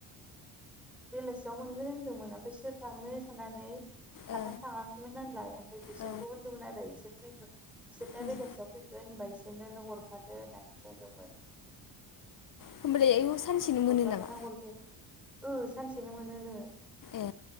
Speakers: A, in the centre; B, on the left.
A: बेलासियाव मोनगोन होनदोंमोन ओमफ्राय सोर थांनो सनानै साथाम
B: ओ
A: थाङाखै मोन नालाय ओमफ्राय बिसोरखौ
B: औ
A: होनदोंमोन आरो बिसोर फ बिसोर दा
B: उम
A: बेलासियाव फैगोन होनबा बिसोरनों हरफादो होननानै बुंदोंमोन
B: होमबालाय आयौ सानसेनो मोनो
A: हरफागोनना
B: नामा
A: हरफायासै ओ सानसेनो मोनो
B: ए